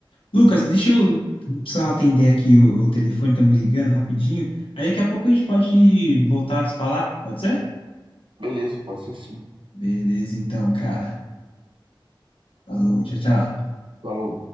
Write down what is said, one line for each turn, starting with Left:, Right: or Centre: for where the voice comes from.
Left: Lucas, deixa eu precisar atender aqui o, o telefone, tá me ligando rapidinho. Aí daqui a pouco a gente pode voltar a se falar, pode ser?
Right: Beleza, pode ser sim.
Left: Beleza, então, cara. Falou, tchau, tchau.
Right: Falou.